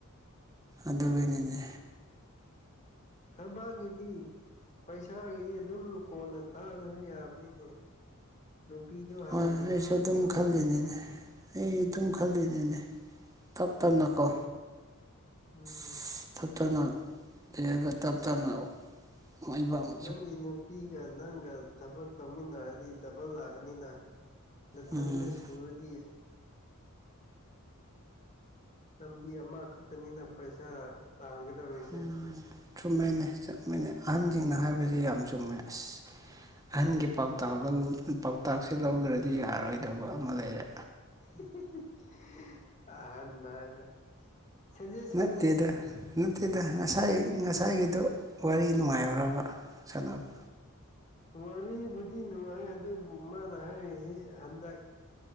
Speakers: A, on the right; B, on the left.
A: ꯑꯗꯨꯒꯤꯅꯤꯅꯦ
B: ꯊꯕꯛꯒꯤꯗꯤ ꯄꯩꯁꯥꯒꯤꯗꯤ ꯑꯗꯨꯝ ꯀꯣꯟꯅ ꯇꯥꯜꯔꯁꯨ ꯌꯥꯕꯅꯤꯅꯦ ꯅꯨꯄꯤꯗꯣ ꯍꯥꯟꯅ
A: ꯍꯣꯏ ꯑꯩꯁꯨ
B: ꯊꯤꯔꯣ
A: ꯑꯗꯨꯝ <unintelligible> ꯑꯩ ꯑꯗꯨꯝ ꯈꯜꯂꯤꯅꯦꯅꯦ ꯇꯞ ꯇꯞꯅꯀꯣ
B: ꯎꯝ
A: <unintelligible> ꯊꯛꯇꯅ ꯂꯩꯔꯒ ꯇꯞ ꯇꯥꯅ ꯃꯥꯏ <unintelligible>
B: ꯅꯪꯒꯤ ꯅꯨꯄꯤꯒ ꯅꯪꯒ ꯊꯕꯛ ꯇꯧꯃꯤꯟꯅꯔꯗꯤ ꯗꯕꯜ ꯂꯥꯛꯀꯅꯤꯅꯥ ꯅꯊꯟꯗꯥ
A: ꯎꯝ
B: ꯁꯨꯔꯗꯤ ꯂꯝꯕꯤ ꯑꯃꯈꯛꯇꯅꯤꯅ ꯄꯩꯁꯥ ꯇꯥꯟꯒꯗꯧꯔꯤ
A: <unintelligible> ꯆꯨꯝꯃꯦꯅꯦ ꯆꯨꯝꯃ‌ꯦꯅꯦ ꯑꯍꯟꯁꯤꯡꯅ ꯍꯥꯏꯕꯖ‌ꯦ ꯌꯥꯝ ꯆꯨꯝꯃꯦ ꯑꯁ ꯑꯍꯟꯒꯤ ꯄꯥꯎꯇꯥꯛ ꯂꯧ ꯄꯥꯎꯇꯥꯛꯁꯦ ꯂꯧꯗ꯭ꯔꯗꯤ ꯌꯥꯔꯣꯏꯗꯕ ꯑꯃ ꯂꯩꯔꯦ
B: <unintelligible> ꯑꯍꯟ ꯍꯥꯏꯅ ꯁꯖꯦꯁꯟꯅꯤ
A: ꯅꯠꯇꯦꯗꯥ ꯅꯠ ꯇꯦꯗ ꯉꯁꯥꯏ ꯉꯁꯥꯏꯒꯤꯗꯣ ꯋꯥꯔꯤ ꯅꯨꯡꯉꯥꯏꯕ꯭ꯔ‌ꯣꯕ‌ ꯁꯥꯟꯅꯕ
B: ꯋꯥꯔꯤꯕꯨꯗꯤ ꯅꯨꯡꯉꯥꯏ ꯑꯗꯨꯕꯨ ꯃꯥꯅ ꯍꯥꯏꯔꯤꯖꯤ ꯍꯟꯗꯛ